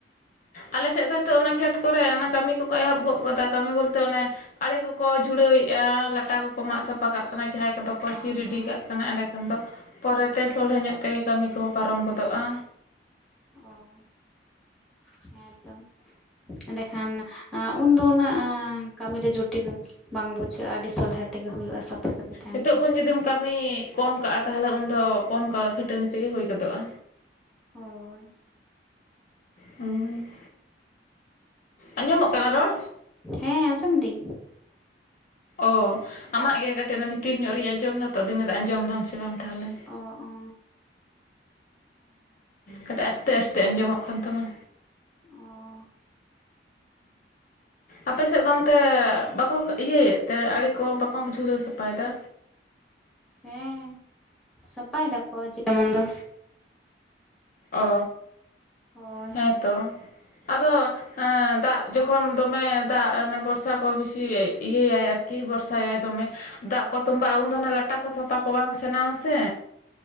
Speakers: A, on the left; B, in the centre.
A: ᱟᱞᱮᱥᱮᱜ ᱫᱚ ᱦᱤᱛᱚᱜ ᱚᱱᱟ ᱠᱷᱮᱛ, ᱠᱚᱨᱮ ᱚᱱᱟ ᱠᱟᱹᱢᱤ ᱠᱚᱠᱚ ᱮᱦᱚᱵ ᱜᱚᱜ ᱠᱟᱫᱟ ᱠᱟᱹᱢᱤ ᱵᱚᱞᱛᱮ ᱚᱱᱮ, ᱟᱲᱮ ᱠᱚᱠᱚ ᱡᱷᱩᱲᱟᱹᱣᱮᱜᱼᱟ ᱞᱟᱴᱟ ᱠᱚᱠᱚ ᱢᱟᱜ ᱥᱟᱯᱷᱟ ᱠᱟᱜ ᱠᱟᱱᱟ ᱡᱟᱦᱟᱸᱭ, ᱠᱚᱫᱚ ᱠᱚ
B: ᱚ
A: ᱥᱤ ᱨᱮᱰᱤ
B: ᱚ
A: ᱠᱟᱜ ᱠᱟᱱᱟ ᱮᱸᱰᱮᱠᱷᱟᱱ ᱫᱚ ᱯᱚᱨᱮᱛᱮ ᱥᱚᱞᱦᱮ ᱧᱚᱜ ᱛᱮ ᱠᱟᱹᱢᱤ ᱠᱚ ᱯᱟᱨᱚᱢ ᱜᱚᱫᱚᱜᱼᱟ᱾
B: ᱚᱸ ᱦᱮᱸᱛᱚ ᱮᱱᱰᱮ, ᱠᱷᱟᱱ ᱩᱱᱫᱚ ᱩᱱᱟᱹᱜ ᱠᱟᱹᱢᱤ ᱨᱮ ᱡᱚᱴᱤᱞ ᱵᱟᱝ ᱵᱩᱡᱷᱟᱹᱜᱼᱟ᱾ ᱟᱹᱰᱤ ᱥᱚᱞᱦᱮ ᱛᱮᱜᱮ ᱦᱩᱭᱩᱜᱼᱟ ᱥᱟᱯᱷᱟ ᱥᱟᱹᱯᱷᱤ᱾ ᱛᱟᱦᱮᱱ
A: ᱱᱤᱛᱚᱜ
B: ᱠᱟᱱᱟ
A: ᱠᱷᱚᱱ ᱡᱩᱫᱤᱢ ᱠᱟᱹᱢᱤ ᱠᱚᱢ ᱠᱟᱜᱼᱟ ᱛᱟᱦᱞᱮ ᱩᱱᱫᱚ ᱠᱚᱢ ᱠᱟ ᱠᱷᱟᱹᱴᱟᱹᱱᱤ ᱛᱮᱜᱮ ᱦᱳᱭ ᱜᱚᱫᱚᱜᱼᱟ᱾
B: ᱦᱳᱭ,
A: ᱦᱮᱸ ᱟᱸᱡᱚᱢᱚᱜ ᱠᱟᱱᱟ ᱨᱚᱲ᱾
B: ᱦᱮᱸ ᱟᱸᱡᱚᱢ ᱫᱤᱹᱧ᱾
A: ᱚ ᱟᱢᱟᱜ ᱜᱮ ᱠᱟᱹᱴᱤᱜ ᱚᱱᱟ ᱵᱷᱤᱛᱤᱨ ᱧᱚᱜ ᱨᱤᱧ ᱟᱸᱡᱚᱢ ᱫᱟ ᱛᱚ ᱟᱫᱩᱧ ᱢᱮᱱ ᱫᱟ ᱟᱸᱡᱚᱢ ᱫᱟᱢ ᱥᱮ ᱵᱟᱝ ᱛᱟᱦᱚᱞᱮ᱾
B: ᱚ ᱚ
A: ᱠᱟᱹᱴᱮᱜ ᱟᱥᱛᱮ ᱟᱥᱛᱮ ᱟᱸᱡᱚᱢᱚᱜ ᱠᱟᱱ ᱛᱟᱢᱟ᱾
B: ᱚᱸ,
A: ᱟᱯᱮᱥᱮᱜ ᱫᱚ ᱚᱱᱛᱮ ᱵᱟᱠᱚ ᱤᱭᱟᱹᱭᱮᱜ ᱛᱮ ᱟᱹᱲᱮ ᱠᱚ ᱵᱟᱠᱚ ᱡᱷᱩᱲᱟᱹᱣ ᱥᱟᱯᱟᱭᱫᱟ᱾
B: ᱦᱮᱸ ᱥᱟᱯᱟᱭ ᱫᱟᱠᱚ ᱡᱮᱢᱚᱱ ᱫᱚ᱾
A: ᱚ
B: ᱦᱳᱭ
A: ᱦᱮᱸ ᱛᱚ, ᱟᱫᱚ ᱫᱟᱜᱽ ᱡᱚᱠᱷᱚᱱ ᱫᱚᱢᱮ ᱫᱟᱜᱽ ᱵᱚᱨᱥᱟ ᱠᱚ ᱵᱤᱥᱤ, ᱤᱭᱟᱹᱭᱟᱭ ᱼᱤᱭᱟᱹᱭᱟᱭ ᱟᱨᱠᱤ ᱵᱚᱨᱥᱟᱭᱟᱭ ᱫᱚᱢᱮ᱾ ᱫᱟᱜᱽ ᱠᱚ ᱛᱚᱸᱵᱟᱜᱼᱟ ᱩᱱ ᱫᱚ ᱚᱱᱮ ᱞᱟᱴᱟ ᱠᱚ ᱥᱟᱯᱷᱟ ᱠᱚ ᱵᱟᱝ ᱥᱟᱱᱟᱣᱟᱥᱮ᱾